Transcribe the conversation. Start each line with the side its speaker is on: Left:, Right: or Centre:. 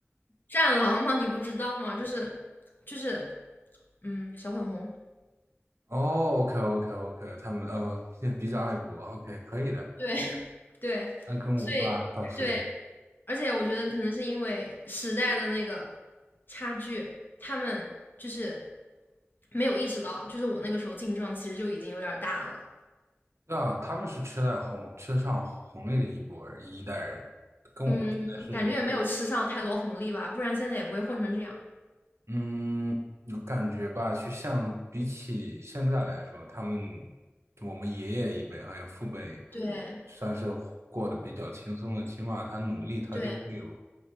Left: 战狼吗？你不知道吗？就是就是嗯，小粉红，
Right: 哦，OK OK OK，他们呃比较爱国，OK 可以的，
Left: 对 <laughs> 对，
Right: 那跟我爸倒是
Left: 所以对，而且我觉得可能是因为时代的那个差距，他们就是没有意识到，就是我那个时候劲撞其实就已经有点儿大了。
Right: 对啊，他们是吃在红吃上红利的一波人一代人，跟我们现在是，
Left: 嗯，感觉也没有吃上太多红利吧，不然现在也不会混成这样。
Right: 嗯，有感觉吧？去像比起现在来说，他们就我们爷爷一辈还有父辈，
Left: 对
Right: 算是过得比较轻松的，起码他努力，他就会有，
Left: 对，